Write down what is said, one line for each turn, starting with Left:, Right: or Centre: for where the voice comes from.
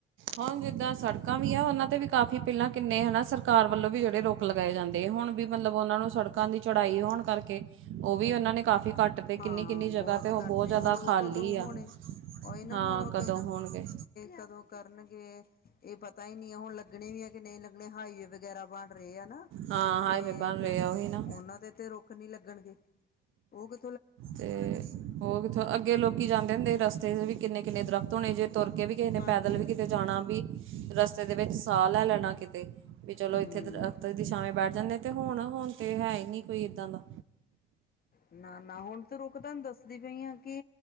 Right: ਹੁਣ ਜਿੱਦਾਂ ਸੜਕਾਂ ਵੀ ਆ, ਉਹਨਾਂ ਤੇ ਵੀ ਕਾਫ਼ੀ ਪਹਿਲਾਂ ਕਿੰਨੇ ਹਨਾ, ਸਰਕਾਰ ਵੱਲੋਂ ਵੀ ਜਿਹੜੇ ਰੋਕ ਲਗਾਏ ਜਾਂਦੇ। ਹੁਣ ਵੀ ਮਤਲਬ ਉਹਨਾਂ ਨੂੰ ਸੜਕਾਂ ਦੀ ਚੜ੍ਹਾਈ ਹੋਣ ਕਰਕੇ, ਉਹ ਵੀ ਉਹਨਾਂ ਨੇ ਕਾਫ਼ੀ ਘੱਟ। ਤੇ ਕਿੰਨੀ
Left: ਹਾਂ
Right: ਕਿੰਨੀ
Left: ਬਹੁਤ
Right: ਜਗ੍ਹਾ 'ਤੇ ਉਹ
Left: ਘੱਟ
Right: ਬੋਤ ਜਾਦਾ
Left: ਹੁਣ ਉਹ
Right: ਖਾਲੀ
Left: ਕਦੋਂ ਹੋਣੇ
Right: ਆ।
Left: ਉਹੀ ਨਾ
Right: ਹਾਂ,
Left: ਹੁਣ ਉਹ
Right: ਕਦੋਂ ਹੋਣਗੇ?
Left: ਕਦੋਂ ਕਰਨਗੇ, ਇਹ ਪਤਾ ਹੀ ਨਹੀਂ ਹੈ। ਹੁਣ ਲੱਗਣੇ ਵੀ ਹੈ ਕਿ ਨਹੀਂ, ਹਾਈਵੇ? ਵਗੈਰਾ ਬਣ ਰਹੇ ਆ ਨਾ,
Right: ਹਾਂ ਹਾਈਵੇ
Left: ਤੇ
Right: ਬਣ
Left: ਫੇਰ
Right: ਰਹੇ ਆ ਉਹੀ ਨਾ
Left: ਉਹਨਾਂ ਦੇ ਤੇ ਰੁ ਰੂਖ ਨੀ, ਲੱਗਣਗੇ ਉਹ ਕੁ
Right: ਤੇ ਹੋਰ ਕਿੱਥੋਂ ਅੱਗੇ ਲੋਕੀ ਜਾਂਦੇ ਹੁੰਦੇ? ਰਸਤੇ 'ਚ ਵੀ ਕਿੰਨੇ-ਕਿੰਨੇ ਦਰਖਤ ਹੋਣੇ। ਜੇ ਤੁਰ ਕੇ ਵੀ ਕਿਸੇ ਨੇ
Left: ਹਾਂਜੀ
Right: ਪੈਦਲ ਵੀ ਕਿਤੇ ਜਾਣਾ, ਤਾਂ ਰਸਤੇ ਦੇ ਵਿੱਚ ਸਾਹ ਲੈ ਲੈਣਾ ਕਿਤੇ। ਵੀ ਚਲੋ
Left: ਹਮ
Right: ਇੱਥੇ ਦਰੱਖਤ ਦੀ ਛਾਵੈ ਬੈਠ ਜਾਂਦੇ ਆ ਤੇ ਹੁਣ ਹੁਣ ਤੇ ਹੈ ਹੀ ਨੀ ਕੋਈ ਇੱਦਾਂ ਦਾ
Left: ਨਾ ਨਾ ਹੁਣ ਤੂੰ ਰੁੱਖ ਤੁਹਾਨੂੰ ਦੱਸਦੀ ਪਈ ਆ ਕਿ